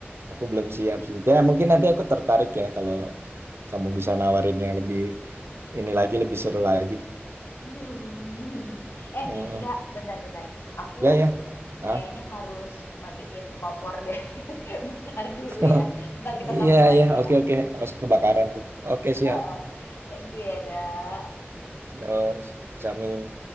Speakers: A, on the right; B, on the left.
A: aku belum siap sih ya mungkin nanti aku tertarik ya kalau kamu bisa nawarin yang lebih ini lagi lebih seru lagi
B: Hmm. Eh,
A: Mm,
B: dak, bentar-bentar. Aku
A: ya ya ah
B: kayaknya harus matiin kompor deh. <laughs> Bentar dulu
A: <laughs>
B: ya. Ntar kita
A: Iya,
B: sambung lagi
A: iya, oke,
B: ya.
A: oke. Harus kebakaran tuh. Oke, siap.
B: Eh, eh. Thank you ya, dak.
A: Eh, Sami.